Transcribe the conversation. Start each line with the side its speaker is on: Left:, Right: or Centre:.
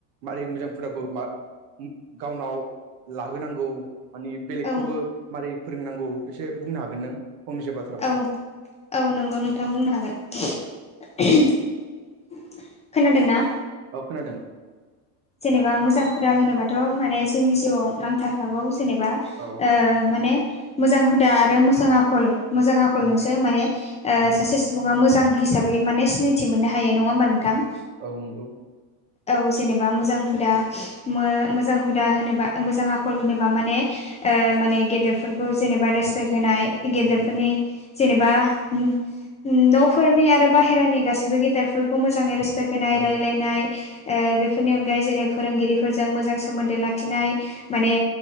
Right: मारै मोजां हुदाखौ मा उम गावनाव लाहोनांगौ माने बेलेगखौबो
Left: औ
Right: मारै फोरोंनांगौ एसे बुंनो हागोन नों फंनैसो बाथ्राफोर?
Left: औ औ नोंगौ नोंथां बुंनो हागोन <unintelligible> खोनादोंना?
Right: औ खोनादों।
Left: जेनेबा मोजां हुदा होनोबाथ' माने जोंनि जिउआव नांथारखागौ जेनेबा
Right: औ
Left: ओ माने मोजां हुदा आरो मोजां आखल मोजां आखलजोंसो
Right: उम,
Left: माने ओ
Right: उम,
Left: सासे सुबुङा मोजां हिसाबै माने सिनायथि मोननो हायो नङा होमबा नोंथां।
Right: औ नोंगौ।
Left: औ जेनेब बा मोजां हुदा मो मोजां हुदा होनोबा मोजां आखल होनोबा माने ओ माने गेदेरफोरखौ जेनेबा रेसपेक्ट होनाय गेदेरफोरनि
Right: उम,
Left: जेनेबा उम उमन'फोरनि आरो बाहेरानि गासिबो गेदेरफोरखौ मोजाङै रेस <unintelligible>
Right: औ
Left: रायलायनाय ओ बेफ फोरनि अनगायै जेरै फोरोंगिरिफोरजों मोजां सोमोन्दो लाखिनाय माने